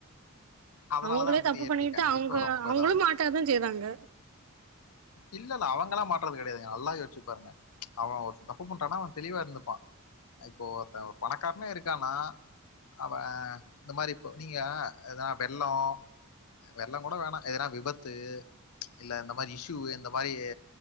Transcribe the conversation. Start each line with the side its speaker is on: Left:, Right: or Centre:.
Left: அதனாலதா
Right: அவங்களே
Left: வந்துட்டு
Right: தப்பு
Left: இயற்கை
Right: பண்ணிட்டு
Left: கண்டிப்பா
Right: அவங்க
Left: ரொம்ப
Right: அவங்களு
Left: இதாவது
Right: மாட்டதா செய்றாங்க
Left: இல்லல்ல அவங்களல்லா மாட்றது கெடையாதுங்க நல்லா யோசிச்சு பாருங்க அவ ஒருதப்பு பண்றானா அவ தெளிவா இருந்துப்பா இப்போ ஒருத்தன் ஒரு பணக்காரனா இருக்கனா அவன் இந்த மாரி இப்போ நீங்க எதா வெள்ளோ வெள்ளோ கூட வேணா எதனா விபத்து இல்ல இந்த மாரி இஷுயூ இந்த மாரி